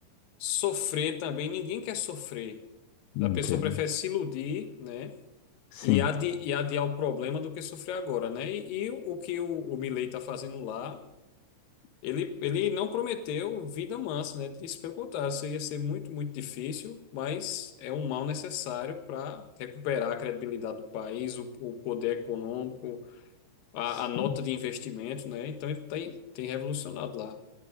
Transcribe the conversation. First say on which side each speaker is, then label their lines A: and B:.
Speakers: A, on the left (about 60°); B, on the left (about 80°).
A: sofrer também, ninguém quer sofrer.
B: não
A: A pessoa
B: quero.
A: prefere se iludir, né?
B: Sim,
A: E, adi e adiar o problema do que sofrer agora, né? E, e o, o que o, o Milei está fazendo lá, ele, ele não prometeu vida mansa, né? Disse pelo contrário, isso ia ser muito, muito difícil, mas é um mal necessário para recuperar a credibilidade do país, o, o poder econômico, a,
B: sim,
A: a nota de investimento, né? Então ele tem, tem revolucionado lá.